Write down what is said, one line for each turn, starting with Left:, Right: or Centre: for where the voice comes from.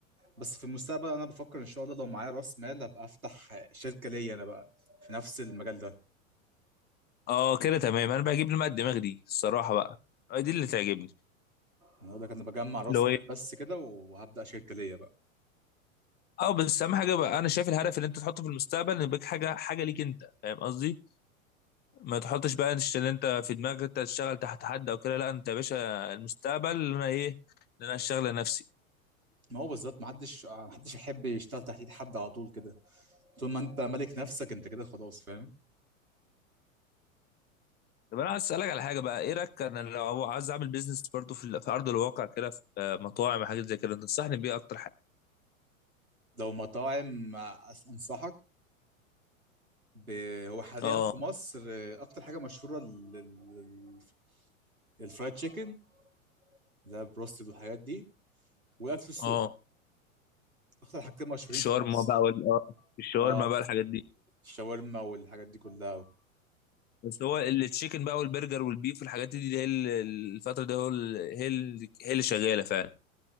Right: بس في المستقبل انا بفكر ان شاء الله لو معايا راس مال ابقى افتح شركه ليا انا بقى في نفس المجال ده
Left: اه كده تمام انا بجيب لي بقى الدماغ دي الصراحه بقى آه، دي اللي تعجبني
Right: انا اقول لك انا بجمع راس
Left: اللي هو
Right: مال بس كده وهبدا شركه ليا بقى
Left: اه بس اهم حاجه بقى انا شايف الهدف اللي انت تحطه في المستقبل ان يبقى حاجه حاجه ليك انت فاهم قصدي ما تحطش بقى إنش- ان انت في دماغك انت تشتغل تحت حد او كده لا انت يا باشا المستقبل اللي انا ايه اللي انا اشتغل لنفسي
Right: ما هو بالذات ما حدش ما حدش يحب يشتغل تحت ايد حد على طول كده طول ما انت مالك نفسك انت كده خلاص فاهم
Left: طب انا عايز اسالك على حاجه بقى ايه رايك انا لو عايز اعمل بيزنس برضو في ال- في ارض الواقع كده في آه، مطاعم حاجات زي كده تنصحني بيه اكتر حاجه
Right: لو مطاعم أس- انصحك ب... هو حاليا
Left: اه
Right: في مصر آه، اكتر حاجه مشهوره ال- ال- الفرايد تشيكن ده بروستد والحاجات دي والاكل السوري
Left: اه
Right: اكتر حاجتين مشهورين
Left: الشاورما
Right: في مصر
Left: بقى وال آه، الشاورما
Right: اه
Left: بقى الحاجات دي
Right: الشاورما والحاجات دي كلها
Left: بس هو التشيكن بقى والبرجر والبيف والحاجات دي, دي هي ال- الفتره دي هو ال- هي ال- هي اللي شغاله فعلا